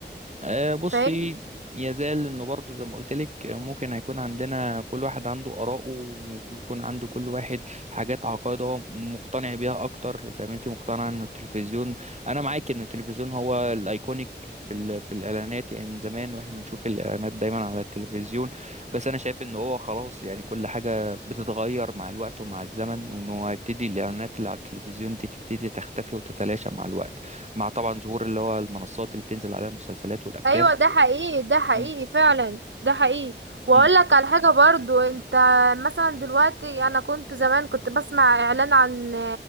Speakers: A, on the right; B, on the right.
A: آه، بصي
B: فاهم
A: يزال انه برضه زي ما قلت لك آه، ممكن هيكون عندنا كل واحد عنده آراءه ويكون عنده كل واحد حاجات عقائد هو مقتنع بيها اكتر زي ما انت مقتنعه ان التلفزيون انا معاك ان التلفزيون هو الايكونيك في ال... في الاعلانات يعني من زمان واحنا بنشوف الاعلانات دايما على التلفزيون بس انا شايف ان هو خلاص يعني كل حاجه بتتغير مع الوقت ومع الزمن وانه هيبتدي الاعلانات اللي على التلفزيون دي تبتدي تختفي وتتلاشى مع الوقت مع طبعا ظهور اللي هو المنصات اللي بتنزل عليها المسلسلات والافلام
B: ايوه ده حقيقي ده حقيقي
A: مم.
B: فعلا ده حقيقي واقول
A: مم.
B: لك على حاجه برضو انت مثلا دلوقتي انا كنت زمان كنت بسمع اعلان عن